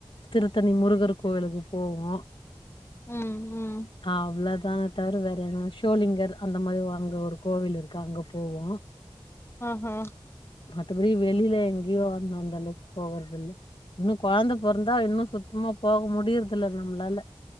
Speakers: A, on the left; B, on the left.
A: திருத்தணி முருகர் கோவிலுக்கு போவோ
B: ம், ம்.
A: அவ்ளோதான தவிர வேறு எங் ஷோலிங்கர் அந்த மாரி வாங்க அங்க ஒரு கோவில் இருக்கு அங்க போவோ
B: ஆ ஆ
A: மத்தபடி வெளில எங்யோ அந்தந் அளவுக்கு போகறதில்ல இன்னோ கொழந்த பொறந்தா இன்னோ சுத்தமா போக முடிற்தில்ல நம்ளால